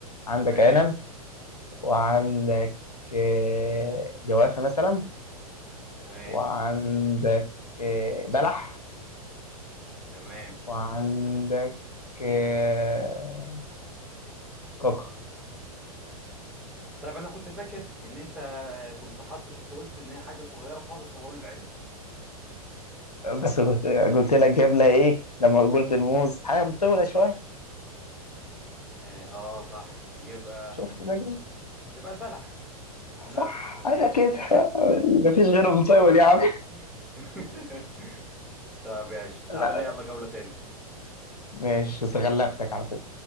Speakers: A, on the left; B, in the centre.
A: عندك
B: ماشي
A: عنب وعندك آه، جوافه مثلا
B: ماشي
A: وعندك آه، بلح
B: تمام
A: وعندك آه، كوكو
B: طيب أنا كنت فاكر إن أنت كنت حاط كنت قلت إن هي حاجة صغيرة خالص فهقول العنب
A: بس قلت قلت لك جبلة ايه لما قلت الموز حاجة مطولة شوية
B: آه, آه صح يبقى
A: شفت بقى
B: يبقى البلح للأسف
A: صح
B: ما فيش غير
A: ايوه كده
B: البلح
A: <laughs> مفيش غيره مطول يا عم
B: <laughs> طب ماشي تعالى
A: لا
B: لي يلا جولة تاني
A: ماشي بس غلبتك على فكرة